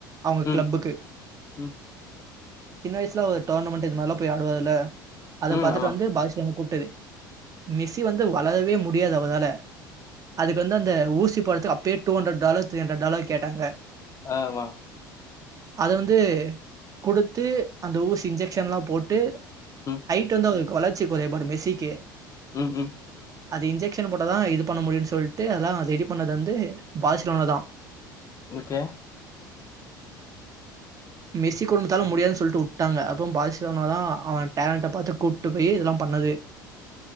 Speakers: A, on the right (about 30°); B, on the left (about 30°).
A: அவ்ங்க
B: ம்
A: கிளப்புக்கு
B: ம்
A: சின்ன வயசுல ஒரு டோர்னமெண்ட்டு இது மாரிலா போய் ஆடுவாருல்ல அத
B: ம்
A: பாத்துட்டு
B: ஆமா
A: வந்து பார்ஸிலோனாவல கூப்டது மெஸ்ஸி வந்து வளரவே முடியாது அவரால அதுக்கு வந்து அந்த ஊசி போட்றதுக்கு அப்பயே two hundred dollar three hundred dollar கேட்டாங்க
B: ஆமா
A: அத வந்து குடுத்து அந்த ஊசி இன்ஜெக்ஷன் எல்லா போட்டு
B: ம்
A: ஹைட் வந்து வளர்ச்சி கொறைபாடு மெஸ்ஸிக்கு
B: ம் ம்
A: அது இன்ஜெக்ஷன் போட்டா தா இது பண்ண முடியுனு சொல்ட்டு அதெல்லா ரெடி பண்ணது வந்து பார்ஸிலோனா தா
B: ஓகே
A: மெஸ்சி குடும்பத்தால முடியாது சொல்ட்டு வுட் விட்டாங்க அப்போ பாஸிலோனா தா அவன் டேலண்ட்ட பாத்து கூப்புட்டு போயி இதெல்லா பண்ணது